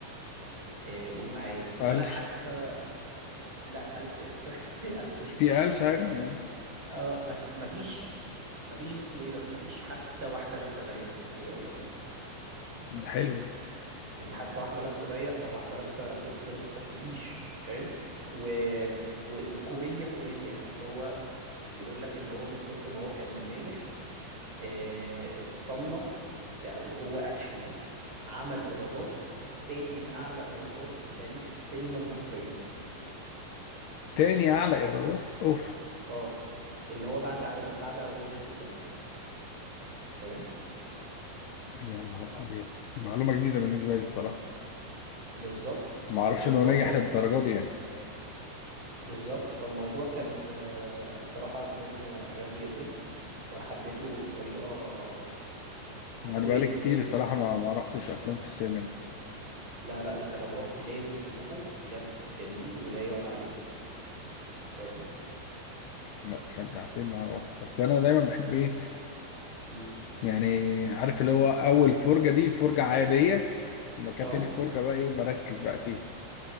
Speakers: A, on the right (about 25°); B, on the left (about 75°).
A: آه، قول معايا ولا
B: قلش
A: حتى لا قالش قشطة <laughs> قالش قشطة
B: في قلش عادي
A: آه،
B: يعني
A: اه بس مفيش مفيش اسمه ايه ده مفيش حتى واحدة لابسة ضيق عايز اقول لك يعني
B: ده حلو ده.
A: يعني حتى واحدة لابسة ضيق او واحدة لابسة لبس غير محتشم مفيش فاهم و... و... وكوميديا كوميديا يعني هو بيقول لك ان هو من كتر ما هو كان ناجح اه... اتصنف او هو اكشلي عمل ايرادات تاني اعلى ايرادات في تاريخ السينما المصرية
B: تاني اعلى ايرادات اوف
A: اه اللي هو بعد أول... بعد اولاد رزق ثلاثة فاهم
B: يا نهار ابيض دي معلومة جديدة بالنسبة لي الصراحة
A: بالظبط
B: ما
A: فالموضوع
B: اعرفش انه ناجح
A: كان
B: للدرجة دي يعني
A: بالظبط فالموضوع كان آه، الصراحة الفيلم عجبني جدا وأنا حبيته بطريقة يعني حبيته
B: انا بقالي
A: جدا
B: كتير
A: جدا
B: الصراحة
A: يعني
B: ما, ما رحتش افلام في السينما
A: لا لا أنت لو رحت لازم تروحه بجد جميل ولا يعلى عليه فاهم؟
B: لا شجعتني ان انا اروح بس انا دايما بحب ايه
A: امم
B: يعني عارف اللي هو اول فرجة دي فرجة عادية لما كانت
A: اه
B: تاني فرجة بقى ايه بركز بقى فيها